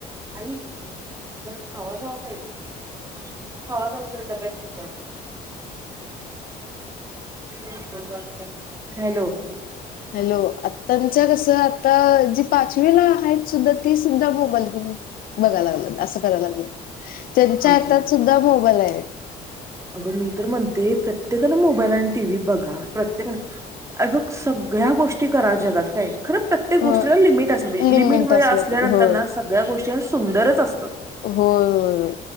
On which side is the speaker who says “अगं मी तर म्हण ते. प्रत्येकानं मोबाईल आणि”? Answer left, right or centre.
Right